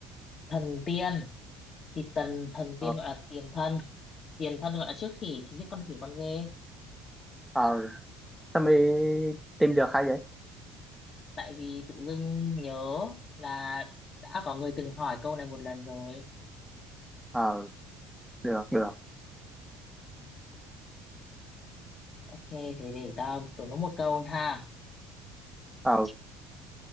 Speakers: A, on the left; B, in the centre.
A: thần tiên thì tần thần tiên
B: ờ
A: gọi là tiền thân, tiền thân gọi là trước khỉ thì trước con khỉ con dê.
B: ờ sao mày tìm được hay vậy
A: Tại vì tự dưng nhớ là đã có người từng hỏi câu này một lần rồi.
B: ờ được được
A: Ok, thế để tao đổ nó một câu ha.
B: ờ